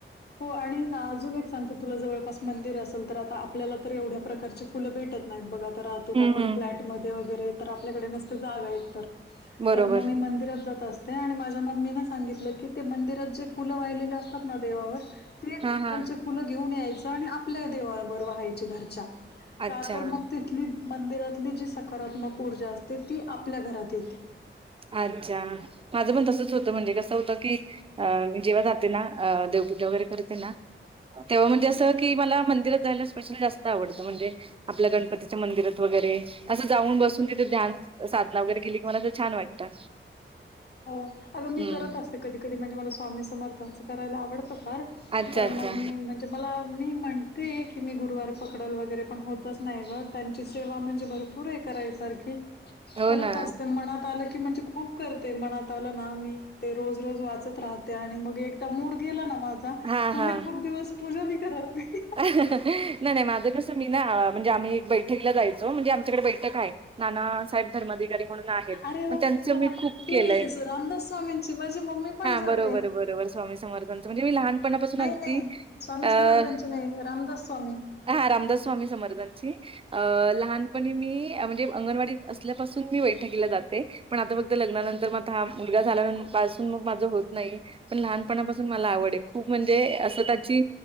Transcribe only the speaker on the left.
हो आणि अजून एक सांगते तुला जवळपास मंदिर असेल तर आता आपल्याला तर एवढ्या प्रकारचे फुलं भेटत नाहीत बघा तर राहतो
आपण
फ्लॅटमध्ये वगैरे तर आपल्याकडे नसते जागा एक तर
तर मग मी मंदिरात जात असत ते आणि माझ्या मम्मी ना सांगितलं की ते मंदिरात जे फुलं वाहिलेले असतात ना देवावर तेच
तिथलचे
फुलं घेऊन यायचं आणि आपल्या देवावरर वहायचे घरच्या
का तर मग ती मंदिरातली जी सकारात्मक ऊर्जा असते ती आपल्या घरात येते
हो अगं मी
करत असते कधी कधी म्हणजे मला स्वामी समर्थांचं करायला आवडतं फार
तर
मग मी म्हणज की मला मी म्हणते की मी गुरुवार पकडलं वगैरे पण होतच नाही ग त्यांची सेवा म्हणजे भरपूर भरपूर आहे करायसारखी
करत
असते मनात आलं की खूप कर ते मनात आलं ना मी ते रोज रोज वाचत राहते आणि मग एकदा मूड गेला ना माझं
मग
मी खूप दिवस पूजा बी करत नाही
अरे वा
वा
वा
ते
रामदास स्वामींची माझी मम्मी पण जाते
नाही
नाही स्वामी
समर्थांची नाही रामदास स्वामी